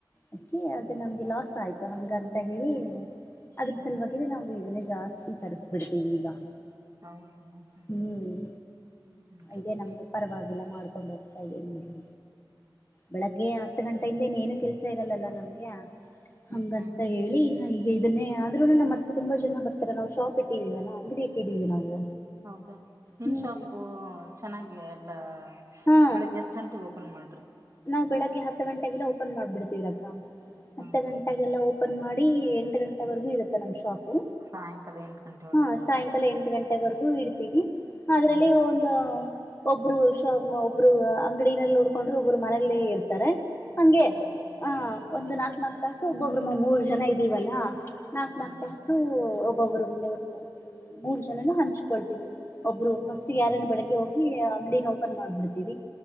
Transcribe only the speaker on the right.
ಹ್ಮ್
ಹ್ಮ್
ಹ್ಮ್
ಹೌದಾ
ಹ್ಮ್ ಹ್ಮ್
ಹ್ಮ್
ಹ್ಮ್
ಹೌದಾ ನಿಮ್
ಶಾಪು ಚೆನ್ನಾಗೆ ಲಾ
ಬೆಳಿಗ್ ಎಷ್ಟು ಗಂಟೆಗೆ ಓಪನ್ ಮಾಡ
ಹ್ಮ್
ಹ್ಮ್
ಸಾಯಂಕಾಲ ಎಂಟು ಗಂಟೆವರೆಗೂ
ಇರುತ್ತೆ
ಹ್ಮ್
ಹ್ಮ್
ಹ್ಮ್ ಹ್ಮ್
ಹ್ಮ್